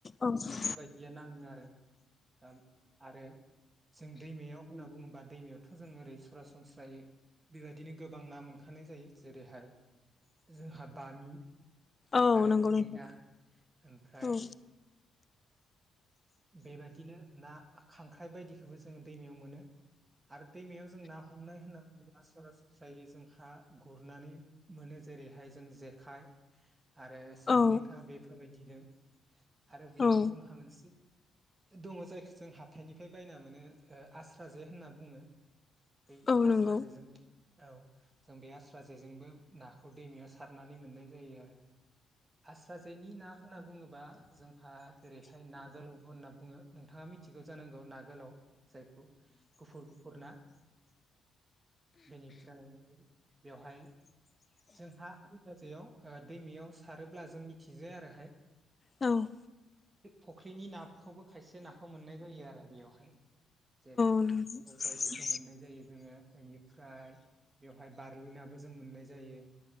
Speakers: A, on the left; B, on the right.
A: औ
B: बेफोरबायदियानो नाङो। <inaudible> दा आरो जों दैमायाव होनना बुङोबा दैमायावथ' जों ओरै सरासनस्रायै बेबायदिनो गोबां ना मोनखानाय जायो जेरैहाय जोंहा बामि
A: औ
B: आरो
A: नंगौ
B: थुरिना
A: नोंथां
B: ओमफ्राय
A: औ
B: बेबायदिनो ना खांख्राइ बायदिखौबो जों दैमायाव मोनो आरो दैमायाव जों ना हमनाय होनना बुङोब्ला सरासनस्रायै जोंहा गुरनानै मोनो जेरैहाय जों जेखाइ आरो सान्देंखा
A: औ
B: बेफोरबायदिजों आरो बेयाव
A: औ
B: जोंहा मोनसे दङ जायखौ जों हाथायनिफ्राय बायना मोनो आस्रा जे होनना बुङो। बै
A: औ नंगौ
B: आस्राजे जों औ जों बे आस्रा जेजोंबो नाखौ दैमायाव सारनानै मोननाय जायो आरो। आस्रा जेनि ना होनना बुङोबा जोंहा जेरैहाय ना गोलाव होनना बुङो नोंथाङा मिथिगौ जानांगौ ना गोलाव जायखौ गुफुर गुफुर ना बेनिफ्राय बेवहाय जोंहा आस्रा जेयाव दैमायाव सारोब्ला जों मिथिंजाया आरोहाय
A: औ औ
B: फुख्रिनि नाखौबो खायसे नाखौ मोननाय जायो आरो बेयावहाय जेरै
A: <unintelligible>
B: लौ बायदिखौ मोननाय जायो जोङो बेनिफ्राय बेवहाय बारलिनाबो जों मोननाय जायो